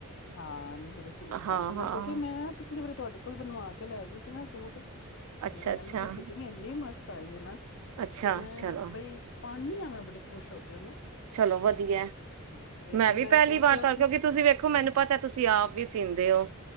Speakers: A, on the left; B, on the right.
A: ਹਾਂ ਮੇਰੇ ਸੂਟ ਕਰ
B: ਹਾਂ-ਹਾਂ
A: ਦੇਣਾ ਕਿਉਂਕਿ ਮੈਂ ਪਿਛਲੀ ਵਾਰੀ ਤੁਹਾਡੇ ਕੋਲ ਬਣਵਾ ਕੇ ਲੈ ਗਈ ਸੀ ਨਾ ਸੂਟ ਤੇ
B: ਅੱਛਾ-ਅੱਛਾ,
A: ਮੈਨੂੰ ਉਹਦੀ
B: ਅੱਛਾ
A: ਫਿਟਿੰਗ ਇੰਨੀ ਮਸਤ ਆਈ ਹੈ ਨਾ
B: ਅੱਛਾ
A: ਤੇ ਮੈਂ
B: ਅੱਛਾ ਚਲੋ।
A: ਬਈ ਕਿੰਦੀ ਹਾਂ ਮੈਂ ਬੜ ਖੁਸ਼ ਕੇ ਉਹਨੂੰ
B: ਚਲੋ ਵਧੀਆ
A: ਹਾਂ, ਹਾਂ ਹਾਂ, ਤੇ ਫਿਰ
B: ਮੈਂ ਵੀ ਪਹਿਲੀ
A: ਸੋਚਿਆ
B: ਵਾਰ ਤਾਂ
A: ਸੀ
B: ਕਿਉਂਕਿ ਤੁਸੀਂ ਵੇਖੋ ਦੇਖੋ ਮੈਨੂੰ ਪਤਾ ਤੁਸੀਂ ਆਪ ਵੀ ਸੀੀਂਦੇ ਹੋ